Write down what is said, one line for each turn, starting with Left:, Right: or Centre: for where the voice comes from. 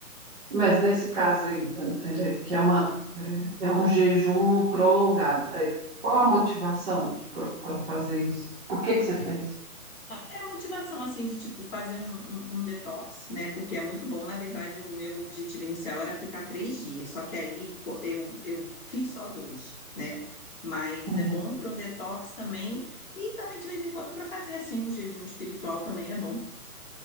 Right: Mas nesse caso aí, é, é, que é, uma, é, é um jejum prolongado, aí, qual a motivação para fazer isso? Por que que você fez?
Left: É é a motivação, assim, de, tipo, fazer um, um, um detox, né? Porque é muito bom. Na verdade, o meu objetivo inicial era ficar três dias, só que aí co- eu, eu fiz só dois, né? Mas
Right: Uhum.
Left: é bom para um detox também. E também, de vez em quando, para fazer, assim, um jejum espiritual também é bom.